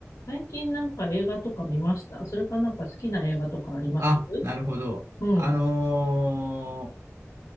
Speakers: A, on the left; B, on the right.
A: 最近なんか映画とか見ましたそれかなんか好きな映画とかあります
B: あ、なるほど。
A: うん。
B: あのー